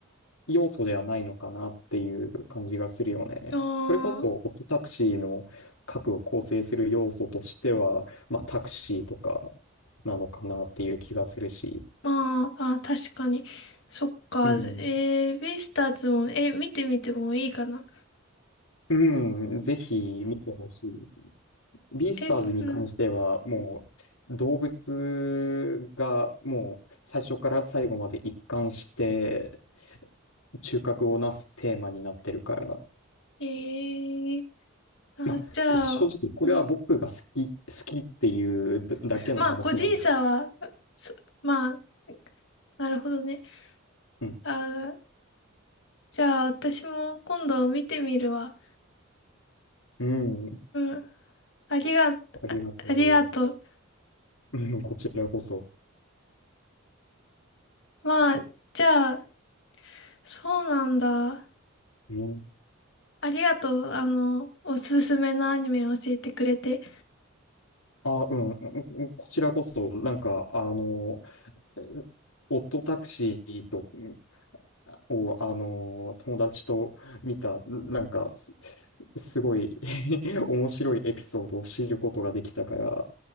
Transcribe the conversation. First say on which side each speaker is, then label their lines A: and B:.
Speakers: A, on the left; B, on the left.
A: 要素ではないのかなっていう感じがするよね。
B: あー
A: それこそ、オットタクシーの核を構成する要素としては、まあ、タクシーとかなのかなっていう気がするし、
B: まあ、あ、確かに。そっか。
A: うん、
B: えー、ベイスターズも、え、見てみてもいいかな。
A: うん、ぜひ見てほしい。ビースターズに関しては、
B: え、すうん。
A: もう動物がもう最初から最後まで一貫して中核をなすテーマになってるから、
B: えー、あ、
A: まあ、
B: じゃあ、
A: 正直、これは僕が好き、
B: うん。
A: 好きっていうだけの話なんだけど。
B: まあ、個人差は、そまあ、なるほどね。
A: うん。
B: あ、じゃあ、私も今度見てみるわ。
A: うん。
B: うん。ありが、
A: ありがと
B: ありがとう。
A: う。うん、こちらこそ。
B: まあ、じゃあ、そうなんだ。
A: うん。
B: ありがとう。あの、おすすめのアニメを教えてくれて。
A: あ、うん、うんうんこちらこそ、なんか、あの、えオットタクシーと、うんを、あの、友達と見た、なんかす、すごい <laughs> 面白いエピソードを知ることができたから、